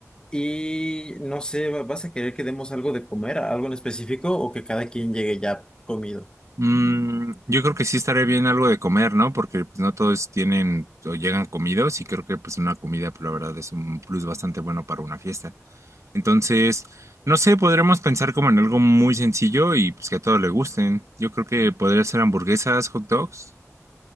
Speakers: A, on the left (about 15°); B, on the right (about 65°).
A: y no sé, ¿va- ¿vas a querer que demos algo de comer, algo en específico o que cada quien llegue ya comido?
B: Mm, yo creo que sí estaría bien algo de comer, ¿no? Porque pues no todos tienen o llegan comidos y creo que pues una comida, pues, la verdad, es un plus bastante bueno para una fiesta. Entonces, no sé, podremos pensar como en algo muy sencillo y pues que a todos le gusten. Yo creo que podría ser hamburguesas, hot dogs.